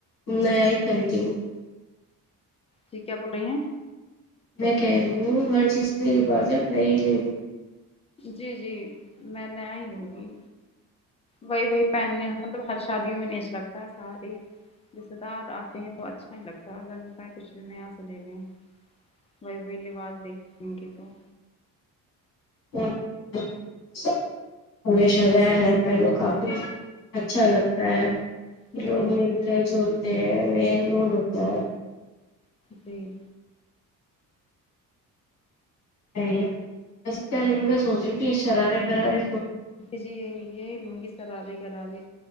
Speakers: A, on the left (about 55°); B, on the left (about 20°).
A: نیا ہی خریدیں گے
B: جی کیا بول رہی ہیں
A: میں کہہ رہی ہوں ہر چیز کے لباس آپ نائی ہی لے گی
B: جی جی میں نیا ہی لوں گی وہی وہی پہننے مطلب ہر شادیوں میں نہیں اچھا لگتا سارے رشتے دار آتے ہیں تو اچھا نہیں لگتا ہو لگتا ہے کچھ نیا سا لے لیں بھائی وہی لباس دیکھ دیں گے تو
A: ہ ہمیشہ نیا نیا پہنوں کا اچھا لگتا ہے
B: جی
A: لوگ
B: جی
A: ملتے ہیں جو یہ مین لون ہوتا ہے
B: جی
A: ا وسے کیا لینا کا سوچ رہی تھی اس شرارے گرارے
B: جی یہی یہی لونگی سرارے گرارے